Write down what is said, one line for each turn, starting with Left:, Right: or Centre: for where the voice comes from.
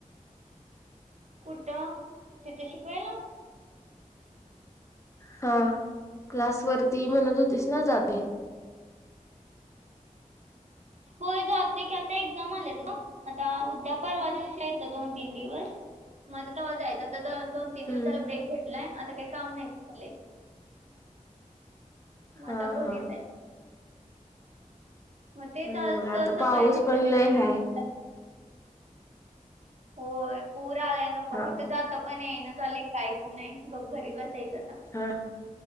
Right: कुठं तिथे शिकवायला
Left: हा क्लास वरती म्हणत होतीस ना जाते <inaudible>
Right: होय जात की आता एक्झाम आल्या आता उद्या परवा दिवशी येतं दोन तीन दिवस मग त जायचं आ दोन तीन दिवस
Left: हम्म.
Right: झाला ब्रेक घेतलाय आता काही काम नाही झाले मग
Left: हा
Right: आता घरीच
Left: हा
Right: आहे मग तेच
Left: हम्म
Right: आज
Left: आता
Right: सकाळी
Left: पाऊस
Right: दीक्षा
Left: पण
Right: दे
Left: लय
Right: नाहीटत
Left: हाय
Right: होय पूर आलाय नको
Left: हा
Right: कुठे जात पण ये ना झालं काहीच नाही घरी बसायचं आता
Left: हा